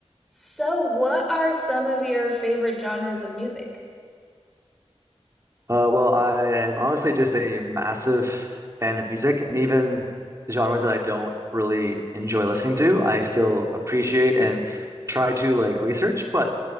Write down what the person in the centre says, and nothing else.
So, what are some of your favorite genres of music?